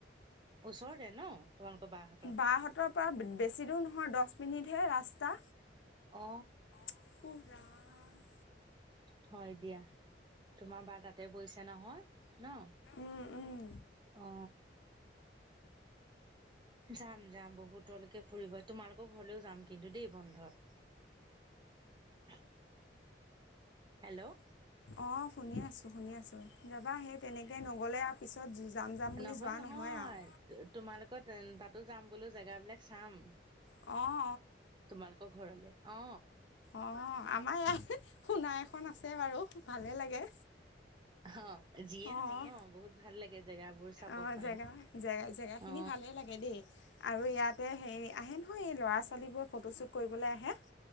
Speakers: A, on the right; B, on the left.
A: ওচৰতে ন তোমালোকৰ বা হতৰ
B: বাহঁতৰ পৰা বেছি দূৰ নহয় দহ মিনিটহে ৰাস্তা।
A: অ।
B: উফ ৰাম।
A: হয় দিয়া। তোমাৰ বা তাতে বৈছ তে নহয় ন
B: উম উম
A: অ যাম যাম বহুতলৈকে ফুৰিব তোমালোকৰ ঘৰলেও যাম কিন্তু দেই বন্ধত <inaudible> হেল্ল'
B: অ শুনি আছো শুনিছোঁ <unintelligible> তেনেকে নগলে আৰু পিছত যাম যাম বুলি
A: নহয়
B: যোৱা
A: নহয়
B: আৰু
A: তোমালোকৰ তাতো যাম বোলো জেগাবিলাক চাম।
B: ম
A: তোমালোকৰ ঘৰলে অ।
B: অ আমাৰ ইয়াত সোনা এখন আছে বাৰু ভালে লাগে।
A: অ যিয়ে
B: অঁ
A: নহওক ন বহুত ভাল লাগে জেগাবোৰ চাব
B: অঁ
A: পাৰিম,
B: জেগা জেগা জেগাখিনি
A: অ।
B: ভালেই লাগে দেই আৰু ইয়াতে হেৰি আহে। এই ল'ৰা ছোৱালীবোৰৰ ফটোশ্বুট কৰিবলৈ আহে,